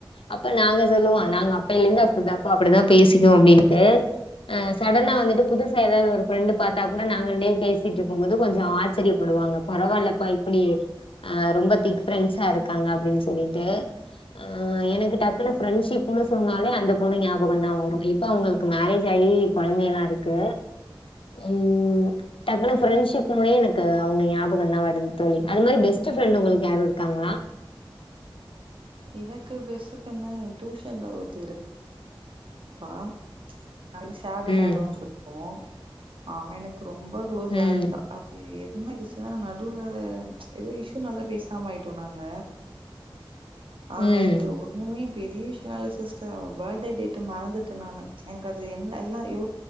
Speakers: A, on the left (about 75°); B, on the right (about 70°).
A: அப்ப நாங்க சொல்லுவோ நாங்க அப்பையில இருந்து அப்டிதாப்பா அப்டிதா பேசிக்குவோ அப்டின்ட்டு ஆ சடனா வந்துட்டு புதுசா ஏதாவது ஒரு ஃப்ரெண்டு பாத்தா கூட நாங்க ரெண்டு பேசிட்டு இருக்கு போது கொஞ்ச ஆச்சிரியப்படுவாங்க பரவாயில்லப்பா இப்டி அ ரொம்ப திக் ஃப்ரெண்ட்ஸா இருக்காங்க அப்டின்னு சொல்லிட்டு ஆ எனக்கு டக்குன்னு ஃப்ரெண்ட்ஷிப்ன்னு சொன்னாலே அந்த பொண்ணு ஞாபக தா வரு இப் இப்ப அங்களுக்கு மேரேஜ் ஆகி குழந்த எல்லா இருக்கு ம் டக்குன்னு ஃப்ரெண்ட்சிப்மே எனக்கு அவுங்க ஞாபக தா வருது தோழி அது மாரி பெஸ்ட்டு ஃப்ரெண்டு உங்களுக்கு யாரு இருக்காங்களா
B: எனக்கு பெஸ்ட் ஃப்ரெண்ட்னா என் டியூஷன்ல ஒருத்தி இரு ப்பா நாங்க ஷடோ
A: ம்
B: ஷடோ னு சொல்லி அவ எனக் கு ரொம்ப க்ளோஸா
A: ம்
B: இருந்தா அது என்னடுச்சி ஏனா நடுவுல ஏதோ இஷ்யூ நலே பேசாம ஆயிட்டோ நாங்க ஆ
A: ம்
B: அது ஒண்ணுமே பெரிய விஷயலா சிஸ்டர் அவ பர்த்டே டேட் மறந்துட்ட நானு எனக்கு அது என்ன எல்லா ஐயோ